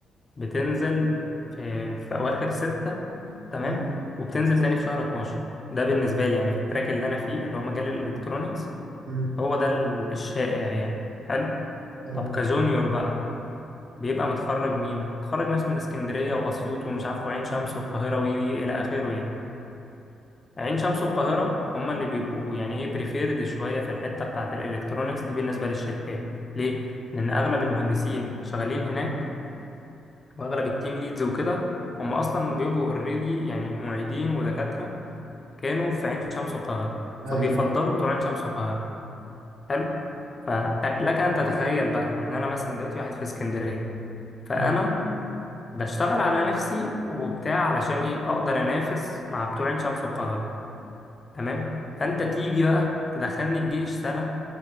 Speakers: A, on the left (about 30°); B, on the right (about 85°).
A: بتنزل في, في اواخر ستة تمام
B: مم.
A: وبتنزل تاني في شهر 12 ده بالنسبة لي يعني في التراك اللي انا فيه اللي هو مجال الالكترونيكس
B: مم.
A: هو ده ال- الشائع يعني حلو
B: تمام
A: طب كجونيور بقى بيبقى متخرج مين؟ متخرج ناس من اسكندرية وأسيوط ومش عارف وعين شمس والقاهرة وي وي إلى آخره يعني عين شمس والقاهرة هما اللي بيبقوا يعني إيه بريفيرد شوية في الحتة بتاعة الإلكترونيكس دي بالنسبة للشركات ليه؟ لأن أغلب المهندسين اللي شغالين هناك وأغلب التيم ليدز وكده هم أصلا بيبقوا أوريدي يعني معيدين ودكاترة كانوا في عين شمس والقاهرة فبيفضلوا
B: ايوه
A: بتوع عين شمس والقاهرة حلو؟ فلك أن تتخيل بقى إن أنا مثلا دلوقتي واحد في اسكندرية فأنا
B: ايوه
A: بشتغل على نفسي وبتاع علشان ايه اقدر انافس مع بتوع عين شمس والقاهره تمام فانت تيجي بقى تدخلني الجيش سنه